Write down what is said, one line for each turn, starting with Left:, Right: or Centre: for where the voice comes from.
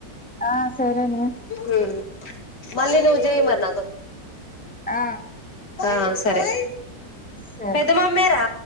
Centre: ఆ సరేనే
Left: ఉమ్. మళ్లీ నువ్వు చెయ్ మరి నాకు.
Centre: ఆ.
Left: ఆ సరే
Centre: సరే
Left: పెద్ద మమ్మీరా.